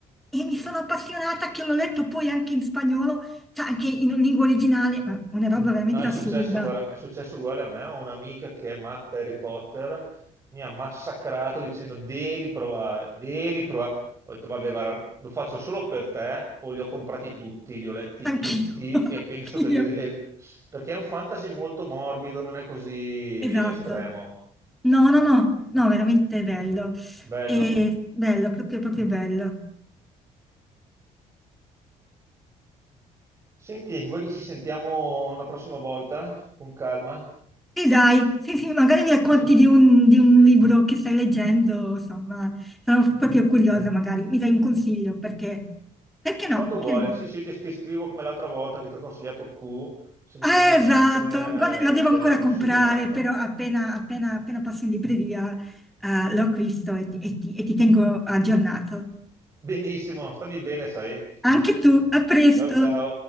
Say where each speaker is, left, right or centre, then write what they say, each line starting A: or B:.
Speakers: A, in the centre; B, on the right.
A: E mi sono appassionata che l'ho letto poi anche in spagnolo cioè anche in lingua originale, ma una roba veramente
B: No, è successo,
A: assurda.
B: guarda, è successo uguale a me. Ho un'amica che è matta Harry Potter, mi ha massacrato dicendo devi provare, devi provare. Ho detto, vabbè, guarda, lo faccio solo per te, o li ho comprati tutti, li ho letti
A: Anch'io,
B: tutti
A: <laughs>
B: e penso
A: anch'io.
B: che li... li- Perché è un fantasy molto morbido, non è così
A: Esatto.
B: estremo.
A: No, no, no, no, veramente bello.
B: Bello.
A: E bello, proprio, proprio bello.
B: Senti, vuoi che ci sentiamo una prossima volta? Con calma?
A: E dai, sì, sì, magari mi racconti
B: Adesso- boh.
A: di un, di un libro che stai leggendo, insomma, sono proprio curiosa, magari mi dai un consiglio, perché, perché no?
B: Quando vuoi,
A: Che ne dici?
B: sì, sì, ti, ti scrivo come l'altra volta che ti ho consigliato Q, se
A: Ah,
B: mi viene in
A: esatto,
B: mente,
A: guarda, la devo
B: eh, te
A: ancora
B: ne consiglio
A: comprare,
B: un'altra.
A: però appena, appena- appena passo in libreria, eh, lo acquisto e ti e ti- e ti tengo aggiornato.
B: Benissimo, stammi bene, sai.
A: Anche tu, a presto!
B: Ciao ciao.